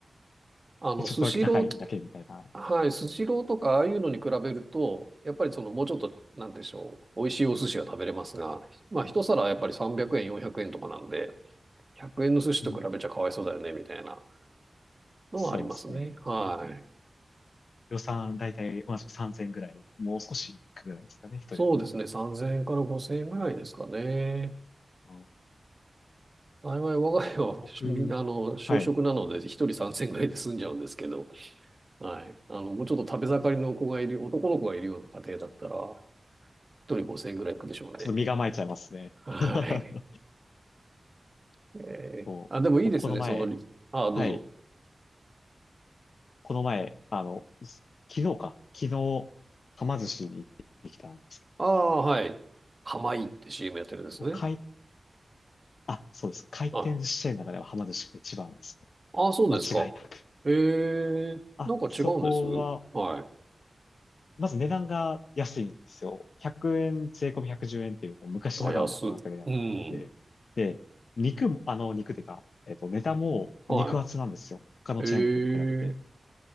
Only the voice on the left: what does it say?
<laughs> ちょっとだけ高いだけみたいな。
うん。
そうですね。
予算だいたい同じく3000ぐらい。もう少しいくぐらいですかね、一人当たり。
あの
僕、
はい。
ちょっと身構えちゃいますね。
<laughs>
こう、
僕この前、
はい、この前、あの、す昨日か、昨日、はま寿司に行ってきたんですけど、
僕回、あ、そうです。回転寿司チェーンの中でははま寿司が一番ですね。
間違いなく。
あ、そこは、まず値段が安いんですよ。100円、税込み110円っていう、こう昔ながらの価格でやって、
で、肉も、あの、肉ていうか、えっと、ネタも肉厚なんですよ。
他のチェーン店と比べて。